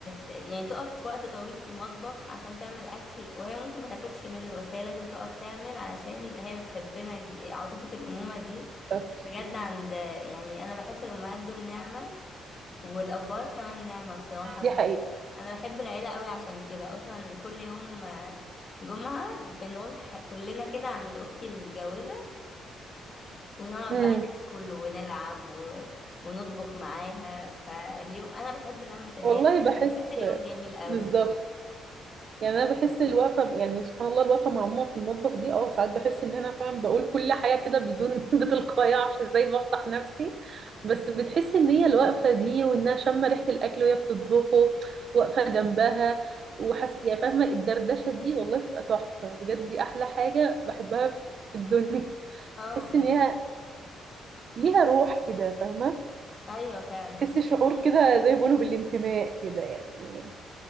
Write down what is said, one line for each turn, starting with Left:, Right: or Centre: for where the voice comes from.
Left: ت- يعني تقف في وقت طويل في المطبخ عشان تعمل اكل وهي ممكن ما تاكلش منه بس هي لازم تقف تعمل علشان هي بتحبنا دي عاطفه الامومه دي
Right: بالظبط.
Left: بجد عند يعني انا بحس الامهات دول نعمه والابهات كمان نعمه بصراحه
Right: دي حقيقه
Left: انا بحب العيله قوي عشان كده اصلا كل يوم آه، جمعه بنروح كلنا كده عند اختي المتجوزه ونقعد
Right: امم
Left: بقى ناكل ونلعب و... ونطبخ معاها فاليوم انا بحب لمه العيله
Right: والله بحس
Left: بيبقى اليوم جميل قوي
Right: بالظبط يعني انا بحس الوقفه يعني سبحان الله الوقفه مع ماما في المطبخ دي اه ساعات بحس ان انا فعلا بقول كل حاجه كده بدون <laughs> بتلقائيه معرفش ازاي بفضح نفسي بس بتحس ان هي الوقفه دي وانها شامه ريحه الاكل وهي بتطبخه واقفه جنبها وحس يعني فاهمه الدردشه دي والله بتبقى تحفه بجد دي احلى حاجه بحبها في الدنيا <laughs>
Left: اه
Right: تحس
Left: ب...
Right: ان هي ليها روح كده فاهمه
Left: ايوه فعلا
Right: تحس شعور كده زي ما بيقولوا بالانتماء كده يعني